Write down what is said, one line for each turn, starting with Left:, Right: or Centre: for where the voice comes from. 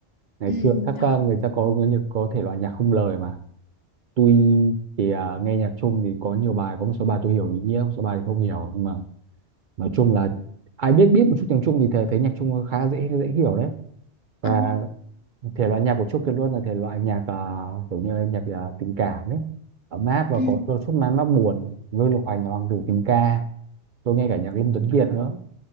Right: Ngày
Left: Ừ,
Right: xưa các
Left: đó.
Right: ờ, người ta có có, nhiều- có thể loại nhạc không lời mà. Tôi thì ờ, nghe nhạc chung thì có nhiều bài, có một số bài tôi hiểu ý nghĩa, một số bài thì không hiểu. Nhưng mà nói chung là ai biết biết một chút tiếng Trung thì thấy, thấy nhạc Trung khá dễ dễ hiểu đấy. và
Left: Ờ.
Right: thể loại nhạc của Chốt Kiệt Luân là thể loại nhạc ờ, kiểu như nhạc ờ, tình cảm ấy ấm áp và
Left: Ừ.
Right: có đôi chút man mác buồn Vương Lục Hoành là hoàng tử tình ca tôi nghe cả nhạc Lâm Tuấn Kiệt nữa